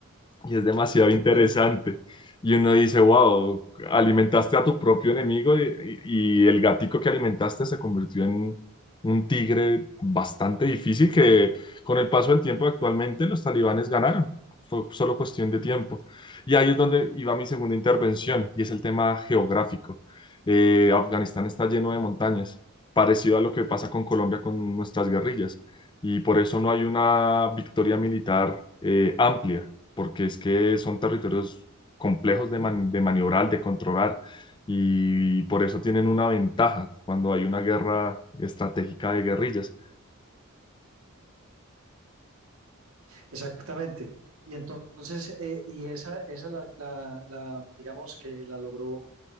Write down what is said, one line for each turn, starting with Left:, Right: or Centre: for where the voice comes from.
Left: y es demasiado
Right: exactamente.
Left: interesante. Y uno dice, wow, alimentaste a tu propio enemigo y, y- y el gatico que alimentaste se convirtió en un tigre bastante difícil que con el paso del tiempo actualmente los talibanes ganaron. Fue solo cuestión de tiempo. Y ahí es donde iba mi segunda intervención y es el tema geográfico. Eh, Afganistán está lleno de montañas, parecido a lo que pasa con Colombia con nuestras guerrillas. Y por eso no hay una victoria militar eh, amplia porque es que son territorios complejos de, man- de maniobrar, de controlar, y por eso tienen una ventaja cuando hay una guerra estratégica de guerrillas.
Right: Exactamente. Y entonces, eh, y esa, esa la, la- la, digamos que la logró